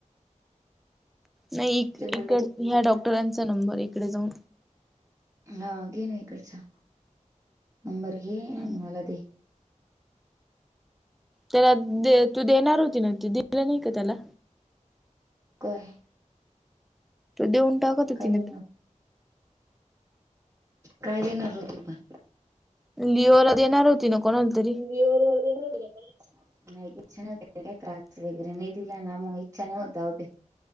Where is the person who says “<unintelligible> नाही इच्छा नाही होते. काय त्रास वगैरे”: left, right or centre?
Right